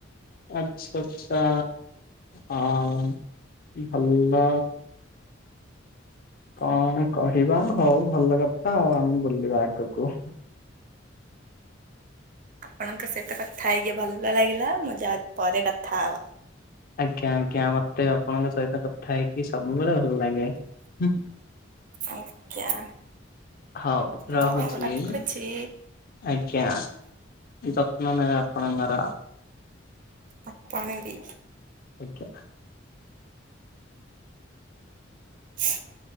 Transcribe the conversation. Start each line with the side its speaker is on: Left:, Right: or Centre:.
Left: ଆଛା, ଆଛା। ହଁ, ଭଲ କଣ କହିବା, ହଉ ଭଲ କଥା ଆଉ, ଆମେ ବୁଲିବା ଆଗକୁ।
Right: ଆପଣଙ୍କ ସହିତ କଥା ହେଇକି ଭଲ ଲାଗିଲା, ମୁଁ ଯାଉଚି ପରେ କଥା ହେବା।
Left: ଆଜ୍ଞା, ଆଜ୍ଞା, ମତେ ଆପଣଙ୍କ ସହିତ କଥା ହେଇକି ସବୁବେଳେ ଭଲ ଲାଗେ। ହୁଁ ହୁଁ
Right: ଆଜ୍ଞା।
Left: ହଉ ରହୁଚି,
Right: ହଉ ରଖୁଛି
Left: ଆଜ୍ଞା। ଯତ୍ନ ନେବେ ଆପଣଙ୍କର
Right: ଆପଣ ବି
Left: ଆଜ୍ଞା।
Right: <unintelligible>